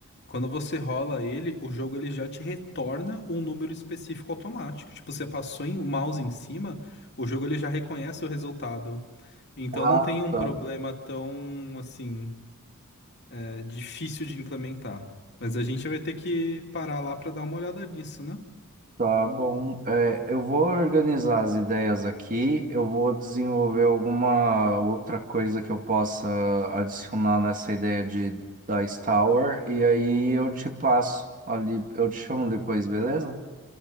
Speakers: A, on the left; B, on the right.
A: quando você rola ele, o jogo ele já te retorna um número específico automático. Tipo, você passou em- o mouse em cima, o jogo ele já reconhece o resultado. Então
B: Ah,
A: não tem um
B: tá.
A: problema tão, assim, é, difícil de implementar. Mas a gente vai ter que parar lá para dar uma olhada nisso, né?
B: Tá bom. É, eu vou organizar as ideias aqui, eu vou desenvolver alguma outra coisa que eu possa adicionar nessa ideia de Dice Tower, e aí eu te passo ali, eu te chamo depois, beleza?